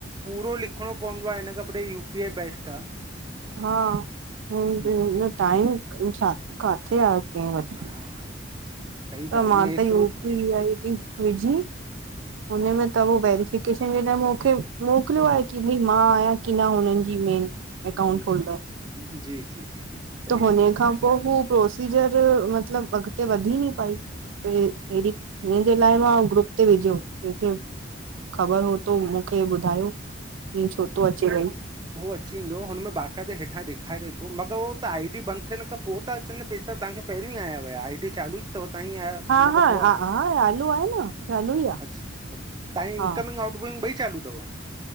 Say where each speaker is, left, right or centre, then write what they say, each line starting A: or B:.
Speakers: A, on the right (about 20°); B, on the right (about 80°).
A: पूरो लिखणो पवंदो आहे। हिन कपिड़े यूपी आई बैेस्ट आहे।
B: हा। हिन
A: हम्म
B: बिन जो टाइम काथे आहे के वठ।
A: हा। सही
B: त,
A: ॻाल्हि
B: मां
A: आहे न
B: त
A: एतिरो
B: उपी आई आइडी विझी हुन मूंखे त उो वेरिफिकेशन जे लाइ मोकलियो आहे। कि मां आहियां कि न हुननि जी मेन। अकाउंट
A: जी,
B: होल्डर
A: जी, जी, जी, जी सही
B: त हुन
A: ॻाल्हि आहे न।
B: खां पोइ हू प्रोसीजर मतलब अॻिते वधी नी पई ते <inaudible> इ न लाइ मां ग्रुप ते विझो। कंहिंखे ख़बर हु त मूंखे ॿुधायो। हिय छो थो अचे वई।
A: हो, अची वेंदो। हुनमें बाकाइदे हेठां डेखारे थो, मगर उहो त आई डी बंद थियण खां पोइ। तत अचनि, पेसा तवांखे पहिरियों ई आया हुया, आई टी चालू ई अथवां आया।
B: हा
A: हुन खां
B: हा
A: पोइ आयो।
B: हा हा चालू आहे न चालू ई आहे
A: <inaudible> तव्हांजी
B: हा
A: इनकमिंग आटगोइंग ॿई चालू अथव?